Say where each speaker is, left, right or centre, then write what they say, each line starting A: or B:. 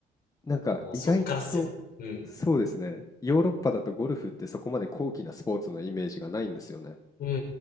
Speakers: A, on the left (about 20°); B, on the left (about 60°).
A: なんか意外と、
B: もうそっからっすよ。うん。
A: そうですね。ヨーロッパだとゴルフってそこまで高貴なスポーツのイメージがないんですよね。
B: うんうん